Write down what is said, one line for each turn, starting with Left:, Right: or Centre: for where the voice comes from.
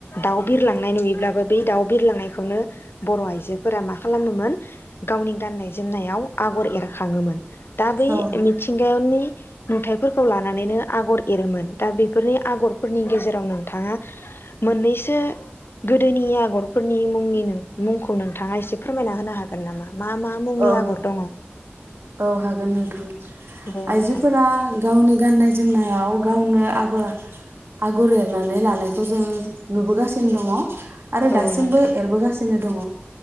Left: दाउ बिरलांनाय नुयोब्लाबो बै दाउ बिरलांनायखौनो बर' आइजोफोरा मा खालामोमोन गावनि गाननाय जोमनायाव आगर एरखाङोमोन। दा बै
Right: औ
Left: मिथिंगायावनि नुथायाइफोरखौ लानानैनो आगर एरोमोन दा बेफोरनि आगरफोरनि गेजेराव नोंथाङा मोननैसो गोदोनि आगर फोरनि मुंनि मुंखौ नोंथाङा इसे फोरमायना होनो हागोन नामा? मा मा मुंनि
Right: औ
Left: आगर दङ?
Right: औ हागोन नोंथां।
Left: दे
Right: आइजोफोरा
Left: नोंथां
Right: गावनि गाननाय जोमनायाव गावनो आगर आगर एरनानै लानायखौ जों नुबोगासिनो दङ। आरो
Left: औ
Right: दासिमबो
Left: नोंथां
Right: एरबोगास सिनो दङ।